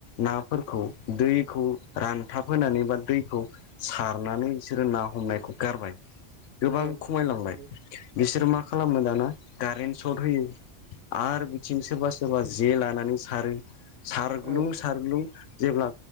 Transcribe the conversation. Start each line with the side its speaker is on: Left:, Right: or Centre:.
Left: नाफोरखौ दैखौ रानथाब होनानै बा दै खौ सारनानै बिसोरो ना हमनायखौ गारबाय गोबां
Right: औ
Left: खमायलांबाय
Right: नंगौ
Left: बिसोरो मा खालामो दाना कारेन्ट सर्ट होयो। आरो बिथिं सोरबा सोरबा जे लानानै सारो सारग्लुं
Right: औ
Left: सारग्लुं जेब्ला